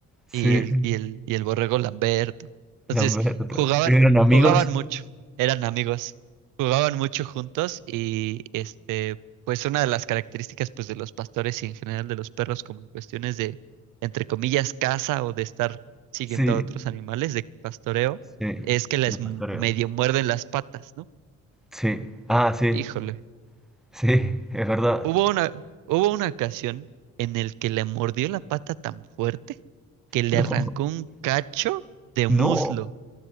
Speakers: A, in the centre; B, on the right.
A: sí,
B: y el, y el, y el borrego Lamberto.
A: Lamberto.
B: Entonces, jugaban,
A: ¿Eran amigos?
B: jugaban mucho, eran amigos, jugaban mucho juntos y este, pues una de las características pues de los pastores y en general de los perros como en cuestiones de, entre comillas, caza o de estar siguiendo
A: Sí,
B: a otros animales de pastoreo,
A: sí,
B: es que les
A: de pastoreo.
B: m- medio muerden las patas, ¿no?
A: Sí, ah, sí,
B: Híjole,
A: sí, es verdad.
B: hubo una, hubo una ocasión en el que le mordió la pata tan fuerte que le
A: <laughs>
B: arrancó un cacho de muslo.
A: No,